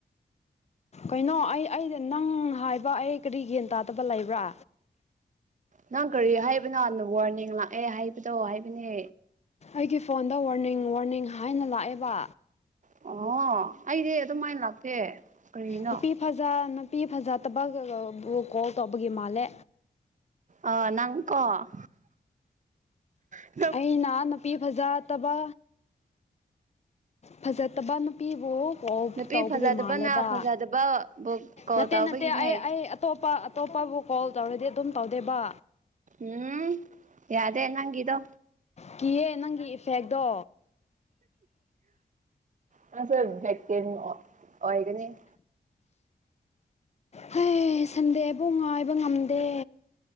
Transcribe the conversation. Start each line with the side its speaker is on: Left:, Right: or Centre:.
Left: ꯀꯩꯅꯣ ꯑꯩ ꯑꯩꯗ ꯅꯪ ꯍꯥꯏꯕ ꯑꯩ ꯀꯔꯤ ꯒ꯭ꯌꯥꯟ ꯇꯥꯗꯕ ꯂꯩꯕ꯭ꯔꯥ
Right: ꯅꯪ ꯀꯔꯤ ꯍꯥꯏꯕꯅꯣ ꯋꯥꯔꯅꯤꯡ ꯂꯥꯛꯑꯦ ꯍꯥꯏꯕꯗꯣ ꯍꯥꯏꯕꯅꯦ
Left: ꯑꯩꯒꯤ ꯐꯣꯟꯗ ꯋꯥꯔꯅꯤꯡ ꯋꯥꯔꯅꯤꯡ ꯍꯥꯏꯅ ꯂꯥꯛꯑꯦꯕ꯫
Right: ꯑꯣ ꯑꯩꯗꯤ ꯑꯗꯨꯃꯥꯏ ꯂꯥꯛꯇꯦ꯫ ꯀꯔꯤꯒꯤꯅꯣ
Left: ꯅꯨꯄꯤ ꯐꯖ ꯅꯨꯄꯤ ꯐꯖꯗꯕꯒꯒꯕꯨ ꯀꯣꯜ ꯇꯧꯕꯒꯤ ꯃꯥꯂꯦ
Right: ꯑ ꯅꯪꯀꯣ ꯍꯥ ꯍꯥ
Left: ꯑꯩꯅ ꯅꯨꯄꯤ ꯐꯖ ꯇꯕ ꯐꯖꯗꯕ ꯅꯨꯞ ꯅꯨꯄꯤꯕꯨ ꯀꯥꯎ
Right: ꯅꯨꯄꯤ
Left: ꯇꯧꯕꯒꯤ
Right: ꯐꯖꯗꯕꯅ
Left: ꯃꯥꯜꯂꯦꯕ
Right: ꯐꯖꯗꯕꯕꯨ ꯀꯣꯜ
Left: ꯅꯠꯇꯦ
Right: ꯇꯧꯕꯒꯤꯅꯦ
Left: ꯅꯠꯇꯦ ꯑꯩ ꯑꯩ ꯑꯇꯣꯞꯄ ꯑꯇꯣꯞꯄꯕꯨ ꯀꯣꯜ ꯇꯧꯔꯗꯤ ꯑꯗꯨꯝ ꯇꯧꯗꯦꯕ
Right: ꯎꯝ ꯌꯥꯗꯦ ꯅꯪꯒꯗꯣ
Left: ꯀꯤꯌꯦ ꯅꯪꯒꯤ ꯏꯐꯦꯛꯇꯣ
Right: ꯑ ꯑꯣꯏꯒꯅꯤ
Left: ꯍ ꯁꯟꯗꯦꯕꯨ ꯉꯥꯏꯕ ꯉꯝꯗꯦ